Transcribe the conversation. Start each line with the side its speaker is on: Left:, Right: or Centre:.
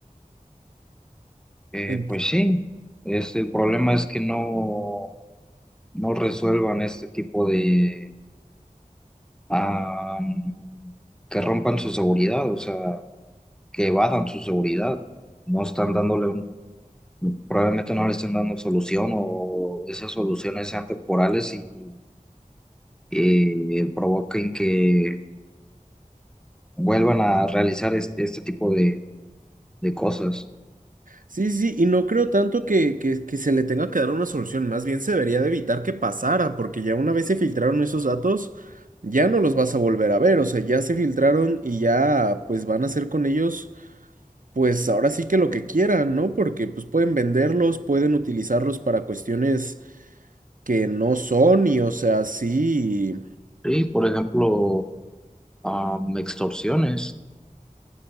Centre: Eh,
Right: Ent-
Centre: pues sí, es, el problema es que no, no resuelvan este tipo de... am, que rompan su seguridad, o sea, que evadan su seguridad, no están dándole un probablemente no le estén dando solución o esas soluciones sean temporales y eh, provoquen que vuelvan a realizar este, este tipo de, de cosas.
Right: sí, sí, y no creo tanto que, que, que se le tenga que dar una solución, más bien se debería de evitar que pasara, porque ya una vez se filtraron esos datos, ya no los vas a volver a ver, o sea, ya se filtraron y ya pues van a hacer con ellos, pues ahora sí que lo que quieran, ¿no? Porque pues pueden venderlos, pueden utilizarlos para cuestiones que no son y o sea, sí.
Centre: Sí, por ejemplo, am, extorsiones,